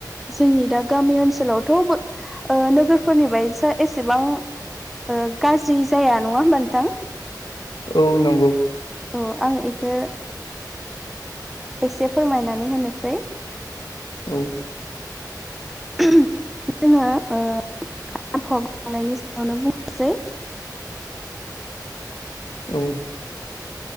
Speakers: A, in the centre; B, on the left.
A: जोंनि दा गामि ओनसोलावथ' ओ नोगोरफोरनि ब एसेबां ओ गाज्रि जाया नङा होमबा नोंथां
B: औ नंगौ
A: औ आं बेखौ एसे फोरमायनानै होनोसै
B: औ
A: जोंङो आबहावा खनायनि सायावनो बुंनोसै
B: औ